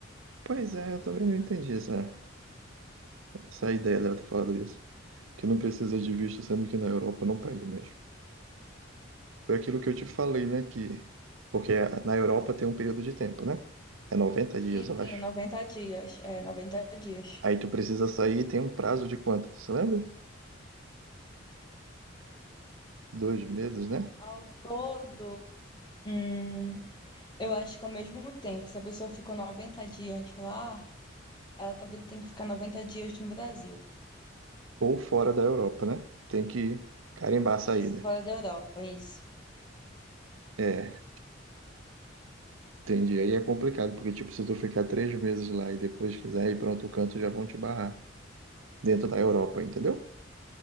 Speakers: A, on the right; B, on the left.
A: Pois é, eu também não entendi essa, essa ideia dela ter falado isso. Que não precisa de visto, sendo que na Europa não pede mesmo. Foi aquilo que eu te falei, né? Que, porque na Europa tem um período de tempo, né? É noventa
B: Sim,
A: dias, eu acho.
B: 90 dias. É, 90 dias.
A: Aí tu precisa sair e tem um prazo de quanto? Tu se lembra? Dois meses, né?
B: Ao todo, hum, eu acho que ao mesmo tempo, se a pessoa ficou 90 dias lá, ela também tem que ficar 90 dias no Brasil.
A: Ou fora da Europa, né? Tem que carimbar a saída.
B: Isso, fora da Europa, isso.
A: É, entendi. Aí é complicado, porque, tipo, se tu ficar três meses lá e depois quiser ir para outro canto, já vão te barrar. Dentro da Europa, entendeu?